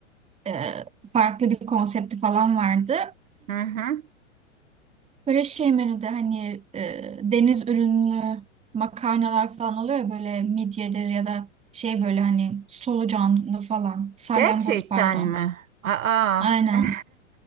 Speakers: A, on the right (about 15°); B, on the right (about 80°).
A: E, farklı bir konsepti falan vardı.
B: hı hı.
A: Böyle şey menüde hani e, deniz ürünlü makarnalar falan oluyor ya böyle midyedir ya da şey böyle hani solucanlı falan salyangoz
B: Gerçekten
A: pardon.
B: mi? Aa.
A: Aynen.
B: <laughs>